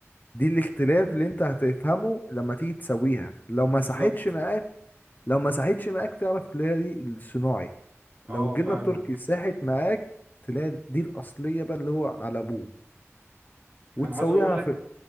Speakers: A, on the left; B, on the right.
A: دي الاختلاف اللي انت هتفهمه لما تيجي تسويها لو
B: بالظبط
A: ما صحتش معاك لو ما صحتش معاك تعرف اللي هي دي الصناعي
B: اه
A: لو الجبنه
B: فاهمك
A: التركي ساحت معاك تلاقي دي الاصليه بقى اللي هو على ابوه وتسويها
B: انا عاوز اقول لك
A: في